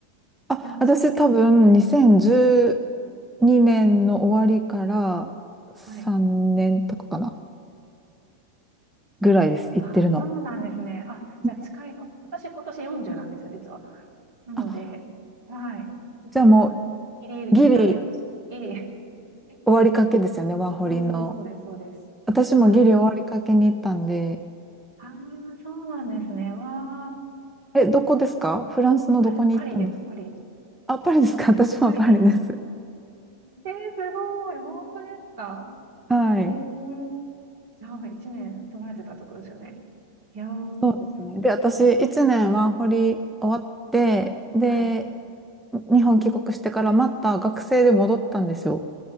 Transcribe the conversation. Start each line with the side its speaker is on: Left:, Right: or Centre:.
Centre: あ、
Right: いや、
Centre: 私多分2012
Right: 近い。
Centre: 年の終わりから3年とかかな
Right: はい。
Centre: ぐらいです、行ってるの。
Right: ああ、そうなんですね。あ、じゃあ近いかも。
Centre: ね
Right: 私今年40なんですよ、実は。なので、
Centre: あ、
Right: はい。
Centre: じゃあもう
Right: 多分、ギリ行ったんで、
Centre: ギリ
Right: 私。ギリ。え
Centre: 終わりかけですよね、ワーホリの。
Right: そうそうそうです、そうです。
Centre: 私もギリ終わりかけに行ったんで。
Right: はい。ああ、そうなんですね。わあ、
Centre: え、どこですかフランスのどこに行ったんですか
Right: あれ、パリです、パリ。
Centre: あ、パリですか <laughs> 私もパリです。
Right: パリにいました。えー、すごい。本当ですか
Centre: はい。
Right: ええー、じゃあ、1年住まれてたところですよね。いやー、
Centre: そうですね。
Right: そうです。
Centre: で、私1年ワーホリ終わって、で、
Right: はい。
Centre: 日本帰国してからまた学生で戻ったんですよ。